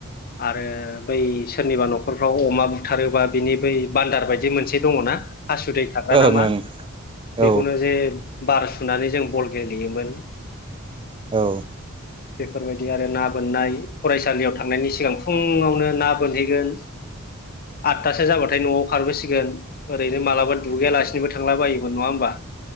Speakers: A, on the left (about 45°); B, on the right (about 25°).
A: आरो बै सोरनिबा न'खरफ्राव अमा बुथारोबा बिनि बै बान्दार बायदि मोनसे दङ' ना? हासुदै
B: ओं
A: थाग्रा नामा
B: ओं औ
A: बेखौनो जे बार सुनानै जों बल गेलेयोमोन।
B: औ।
A: बेफोरबायदि आरो ना बोननाय फरायसालियाव थांनायनि सिगां फुङावनो ना बोनहैगोन। आततासो जाबाथाय न'आव खारबोसिगोन ओरैनो मालाबा दुगैयालासिनोबो थांला बायोमोन नङा होम बा